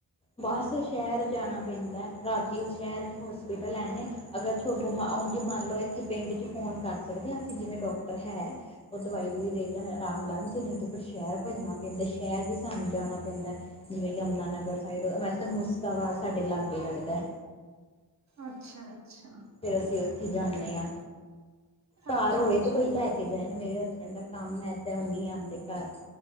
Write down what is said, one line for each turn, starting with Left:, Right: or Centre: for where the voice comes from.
Left: ਬਸ ਸ਼ਹਿਰ ਜਾਣਾ ਪੈਂਦਾ। ਰਾਤੀ ਉਹ ਸ਼ਹਿਰ ਚ ਹੋਸਪਿਟਲ ਹੈ ਨੇ। ਅਗਰ ਉਝ ਮੰਨ ਲਓ ਇੱਥੇ ਪਿੰਡ 'ਚ ਫੋਨ ਕਰ ਸਕਦੇ ਹਾਂ ਅਸੀਂ ਜਿਵੇਂ ਡੋਕਟਰ ਹੈ ।ਉਹ ਦਵਾਈ ਦੁਵਾਈ ਦੇ ਜਾਂਦੇ ।ਆਰਾਮ ਲੱਗ ਜੇ ਤੋਂ ਫਿਰ ਸ਼ਹਿਰ ਭੱਜਣਾ ਪੈਂਦਾ। ਸ਼ਹਿਰ ਵੀ ਸਾਨੂੰ ਜਾਣਾ ਪੈਂਦਾ ਜਿਵੇਂ ਕਿ ਯਮੁਨਾ ਨਗਰ। ਸਾਈਡ ਵੈਸੇ ਮੁਸਤਾਬਾਦ ਸਾਡੇ ਲਾਗੇ ਲੱਗਦਾ।
Right: ਅੱਛਾ ਅੱਛਾ।
Left: ਫਿਰ ਅਸੀਂ ਉੱਥੇ ਜਾਂ ਨੇ ਹਾਂ। ਘਰ
Right: ਅੱਛਾ
Left: ਹੋਏ
Right: ਅੱਛਾ
Left: ਤੇ ਕੋਈ ਲੈ ਕੇ ਜਾਏ ਨਾ ਮੇਰੇ ਹਸਬੈਂਡ <unintelligible> ਤਾਂ ਉਹ ਨਹੀਂ ਆਉਂਦੇ ਘਰ